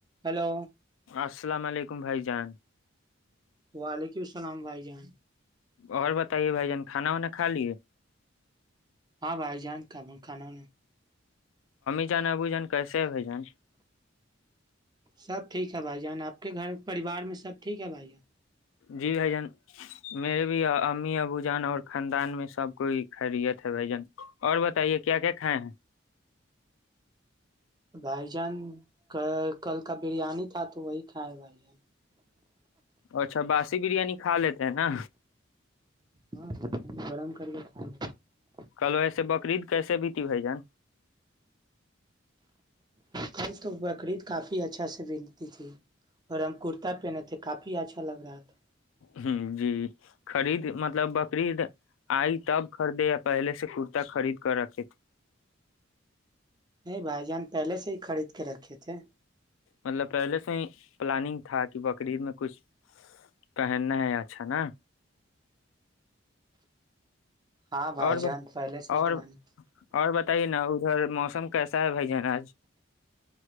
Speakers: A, on the right; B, on the left.
A: ہیلو
B: السلام علیکم بھائی جان
A: وعلیکم السلام بھائی جان
B: اور بتائیے بھائی جان کھانا وانا کھا لیے
A: ہاں بھائی جان کا کھانا نے
B: <inaudible> جان ا بو جن کیسے ہے بجن
A: سب ٹھیک ہے بھائی جان آپ کے گھر پریوار میں سب ٹھیک ہے بھائی جان
B: جی بھ جان میرے بھی امی ابو جان اور خاندان میں سب کوئی خیریت ہے بھ جان اور بتائیے کیا کیا کھائے ہیں
A: بھائی جان کل کا بریانی تھا تو وہی کھا ہے بھائی جان
B: اچھا باسی بریانی کھا لیتے ہیں نا
A: ہاں ب گرم کر کے خ
B: کلو ایسے بقرریید کیسے بھی تھی بھائی جان
A: کل تو بکرریید کافی اچھا سے بنتی تھی اور ہم کرتا پہنے تھے کافی اچھا لگ رہا تھا
B: ہ جی خرید مطلب بکری آئی تب خریدے پہلے سے کررتا خرید کر رکھے تھے
A: نہیں بھائی جان پہلے سے ہی خرید کے رکھے تھے
B: مطلب پہلے سے ہی پلاننگ تھا کہ بقرید میں کچھ پہننا ہے یا اچھا نا
A: ہاں بھائی
B: اور
A: جان پہلے سے ہی
B: اور
A: پلانی
B: اور بتائیے نا ادھر موسم کیسا ہے بھائی جان آج